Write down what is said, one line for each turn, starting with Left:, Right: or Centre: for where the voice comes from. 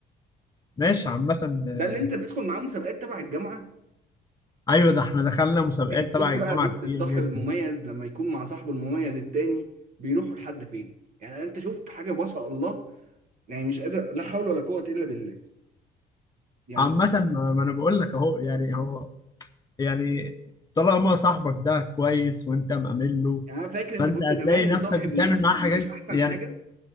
Left: ماشي عامة آه،
Right: ده اللي انت بتدخل معاه مسابقات تبع الجامعه
Left: ايوه ده احنا دخلنا مسابقات
Right: يعني بص
Left: تبع الجامعة
Right: بقى بص
Left: كتير
Right: الصاحب
Left: جدا
Right: المميز لما يكون مع صاحبه المميز التاني بيروحوا لحد فين يعني انت شفت حاجه ما شاء الله يعني مش قادر لا حول ولا قوه الا بالله يعني
Left: عامة
Right: بس
Left: ما ما انا بقول لك اهو يعني هو يعني طالما صاحبك ده كويس وانت مأمن له
Right: يعني انا فاكر
Left: فانت
Right: انت كنت زمان
Left: هتلاقي نفسك
Right: مصاحب
Left: بتعمل
Right: ناس
Left: معاه حاجات
Right: مش احسن
Left: يعني
Right: حاجه